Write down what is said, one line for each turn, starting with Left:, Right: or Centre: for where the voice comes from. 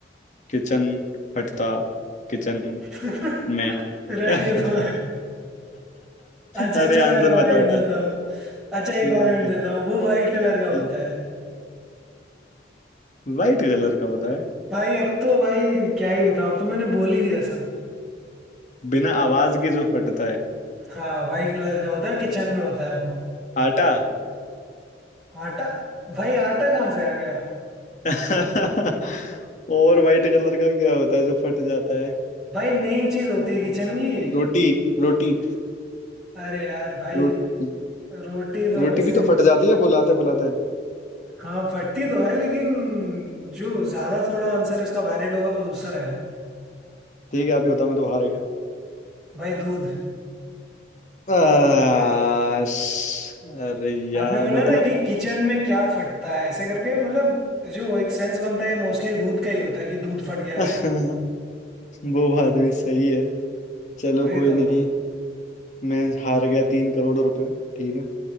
Left: किचन फटता किचन
Centre: <laughs>
Left: में <laughs>
Centre: रहने दो भाई अच्छा
Left: अरे
Centre: अच्छा
Left: आंसर
Centre: मैं एक और
Left: बताओ
Centre: हिंट
Left: यार
Centre: देता हूँ अच्छा एक
Left: ठीक
Centre: और हिंट
Left: है
Centre: देता हूँ वो वाइट कलर का
Left: ठीक।
Centre: होता है
Left: वाइट कलर का होता है
Centre: भाई अब तो भाई क्या ही बताऊँ अब तो मैंने बोल ही दिया सब
Left: बिना आवाज के जो फटता है
Centre: हाँ वाइट कलर का होता है किचन में होता है वो
Left: आटा
Centre: आटा भाई आटा कहाँ से आ गया
Left: <laughs> और वाइट कलर का क्या होता है जो फट जाता है
Centre: भाई मेन चीज होती है किचन की
Left: रोटी रोटी
Centre: अरे यार भाई
Left: रोटी
Centre: रोटी तो
Left: रोटी
Centre: वैसे
Left: भी तो फट जाती है फुलाते फुलाते
Centre: हाँ फटती तो है लेकिन जो ज्यादा थोड़ा आंसर इसका वैलिड होगा वो दूसरा है
Left: ठीक है आप ही होता मैं तो हार गया
Centre: भाई दूध
Left: आश, अरे यार
Centre: आपने बोला
Left: मतलब
Centre: ना कि किचन में क्या फटता है ऐसे करके मतलब जो एक सेंस बनता है मोस्टली दूध का ही होता है कि दूध फट गया
Left: <laughs>
Centre: भाई
Left: वो बात भी सही है चलो
Centre: भाई
Left: कोई
Centre: तो
Left: नहीं मैं हार गया तीन करोड़ रुपए ठीक है